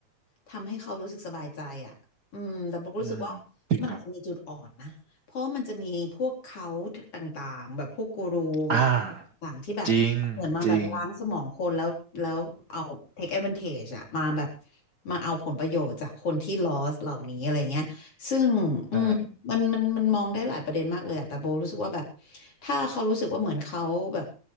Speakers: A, on the left; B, on the right.
A: ทำให้เขารู้สึกสบายใจอ่ะอืมแต่โบก็รู้สึกว่า
B: อืมจริงครับ
A: มันอาจจะมีจุดอ่อนนะ เพราะมันจะมีพวกเขาต่างๆแบบพวกกูรูต
B: อ่า
A: ่างๆที่แบบเหมือนมาแบบล้างสมองคนแล้วแล้วเอา
B: จริงจริง
A: take advantage อะมาแบบมาเอาผลประโยชน์จากคนที่ lost เหล่านี้อะไรเงี้ยซึ่งอืมมันมันมันมองได้หลายประเด็นมากเลยอะแต่โบรู้สึกว่าแบบ
B: ใช่
A: ถ้าเขารู้สึกว่าเหมือนเขาแบบ